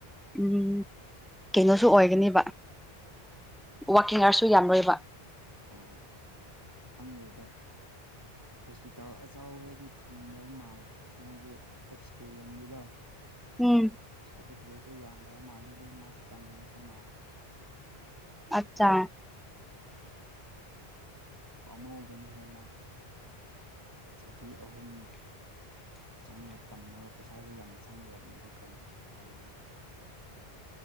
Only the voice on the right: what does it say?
ꯑꯣ ꯈꯪꯗꯦ ꯑꯗꯣ ꯍꯣꯁꯄꯤꯇꯥꯜ ꯑꯆꯥꯎꯕꯗꯗꯤ ꯐꯪꯗꯕ ꯃꯥꯜꯂꯦ ꯍꯥꯏꯕꯗꯤ ꯑꯦꯛꯁꯄꯤꯔꯤꯌꯦꯟꯁꯒꯤꯗꯣ
ꯁꯇꯤ ꯄꯁꯨ ꯌꯥꯝꯗꯕ ꯃꯥꯜꯂ ꯑꯗꯨꯒꯤ ꯃꯥ ꯇꯟꯕꯁꯨ ꯃꯥꯜꯂꯦ
ꯄꯥꯝꯃꯧꯕꯅꯤꯍꯦ ꯃꯥ ꯆꯍꯤ ꯑꯍꯨꯝ ꯆꯪꯉ ꯇꯝꯃꯒ ꯄꯩꯁꯥꯁꯨ ꯌꯥꯝ ꯆꯪꯈ꯭ꯔꯕꯅꯤ ꯑꯗꯨ ꯇꯝꯕꯗ